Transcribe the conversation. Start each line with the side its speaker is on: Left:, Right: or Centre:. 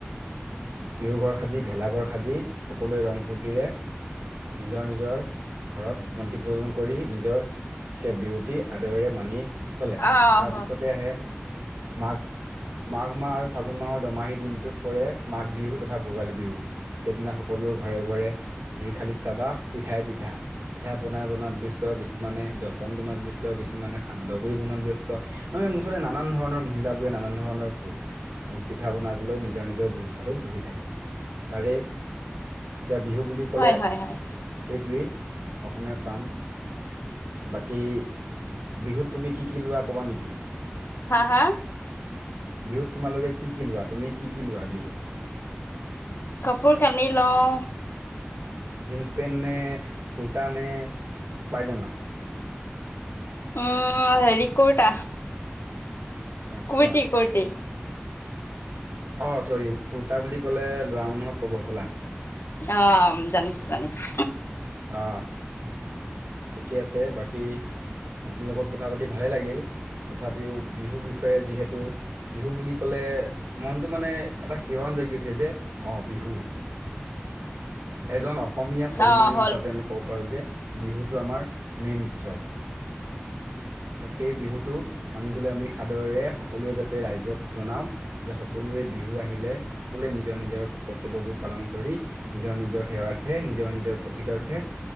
Right: বিহুৰ ঘৰ সাজি ভেলাঘৰ সাজি সকলোৱে ৰং ফূৰ্তিৰে নিজৰ নিজৰ ঘৰত বন্তি প্ৰদজন কৰি নিজৰ শেষ বিহুতি আদৰেৰে মানি চলে
Left: অ',
Right: তাৰপিছতে আহে মাক মাঘ মাহ আৰু ফাগুন মাহৰ দমাহী দিনটোত পৰে মাঘ বিহু তথা ভোগালী বিহু সেইদিনা সকলো ঘৰে ঘৰে জুই খালীত চাবা পিঠাই পিঠা পিঠা পনাই বনোৱাত ব্যস্ত কিছুমানে জলপান বনোৱাত ব্যস্ত কিছুমানে সান্দগুৰি বনাত ব্যস্ত মুঠতে নানান মহিলা বোৰে নানা ধৰণ প পিঠা বনাবলৈ নিজৰ নিজৰ জুইশালিত বহি থাকে তাৰে এতিয়া বিহু বুলি ক'লে
Left: হয় হয় হয়
Right: সেইটোৱেই অসমীয়া প্ৰাণ বাকী বিহুত তুমি কি কি লোৱা ক'বা নেকি
Left: হা- হা?
Right: বিহুত তোমালোকে কি- কি লোৱা, তুমি কি কি লোৱা বিহুত?
Left: কাপোৰ কানি লওঁ।
Right: জীনছ পেণ্ট নে কুৰ্তা নে প্যায়জমা?
Left: উম, হেৰি কুৰটা।
Right: আচ্ছা।
Left: কুৰ্টি- কুৰ্তি।
Right: অঁ, চৰি কুৰ্তা বুলি ক'লে, ল'ৰা মানুহক কব হবলা।
Left: অ, জানিছোঁ- জানিছোঁ।
Right: অ। ঠিকে আছে, বাকী আপোনাৰ লগত কথা পাতি ভালে লাগিল। তথাপিও বিহু- বিহু বিষয়ে যিহেতু বিহু বুলি ক'লে মনটো, মানে এটা শিহৰন জাগি উঠে যে অ, বিহু এজন অসমীয়া স্বাভিমানী
Left: অ', হ'ল,
Right: হিচাপে আমি কব পাৰো যে, বিহুত টো আমাৰ মেইন উৎসৱ। ত, সেই বিহুতটো মানিবলৈ আমি সাদৰেৰে সকলোৱে যাতে ৰাইজক জনাও। যে, সকলোৱে বিহু আহিলে সকলোৱে নিজৰ নিজৰ কৰ্তব্যবোৰ পালন কৰি নিজৰ- নিজৰ সেৱাৰ্থে, নিজৰ- নিজৰ প্ৰকৃতাৰ্থে